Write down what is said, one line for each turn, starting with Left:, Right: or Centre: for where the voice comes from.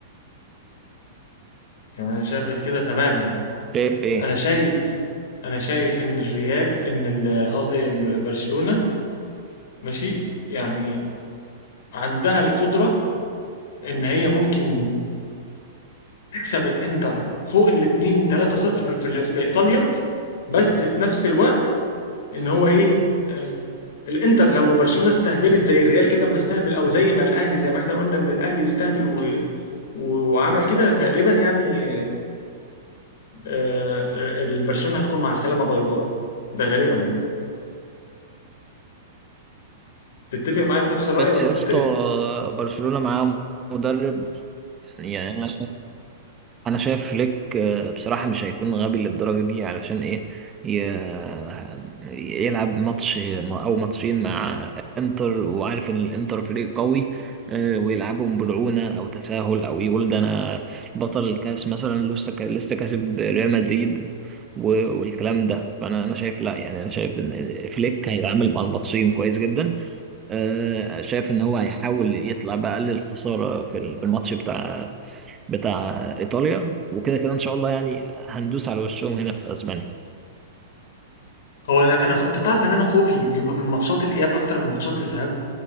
Left: يعني انا شايف غير كده تماما
Right: شايف ايه
Left: انا شايف انا شايف ان الريال ان ال- قصدي ال- برشلونة ماشي يعني عندها القدرة ان هي ممكن تكسب الانتر فوق الاتنين 3 صفر في ال- في ايطاليا بس في نفس الوقت ان هو ايه آه، الانتر لو برشلونه استهبلت زي الريال كده اما استهبل او زي ما الاهلي زي ما احنا قلنا ان الاهلي استهبل و... و... وعمل كده غالبا يعني آه، آه، برشلونه هتكون مع السلامه باي باي ده غالبا يعني تتفق معايا في نفس الرأي
Right: بس
Left: ولا
Right: يا
Left: تختلف؟
Right: اسطى برشلونة معاه مدرب يعني انا انا شايف فليك آه، بصراحه مش هيكون غبي للدرجه دي علشان ايه ي- يلعب ماتش او ماتشين مع انتر وعارف ان الانتر فريق قوي آه، ويلعبهم برعونه او تساهل او يقول ده انا بطل الكاس مثلا لسه ك- لسه كاسب ريال مدريد و- والكلام ده فانا انا شايف لا يعني انا شايف ان فليك هيتعامل مع الماتشين كويس جدا آه، شايف ان هو هيحاول يطلع باقل الخساره في ال- في الماتش بتاع بتاع ايطاليا وكده كده ان شاء الله يعني هندوس على وشهم هنا في اسبانيا
Left: هو انا انا خ- انت تعرف ان انا خوفي بيبقى من ماتشات الاياب اكتر من ماتشات الذهاب